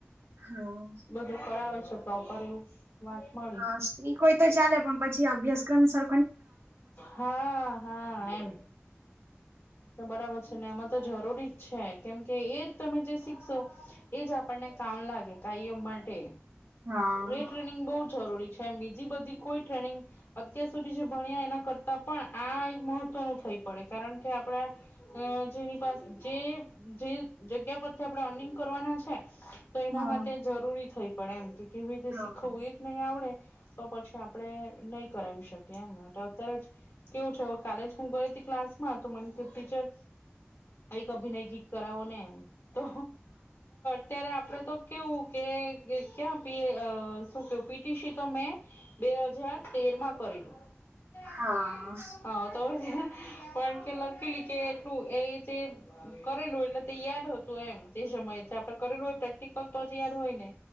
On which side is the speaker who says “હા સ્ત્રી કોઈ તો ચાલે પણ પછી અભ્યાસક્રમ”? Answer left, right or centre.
Right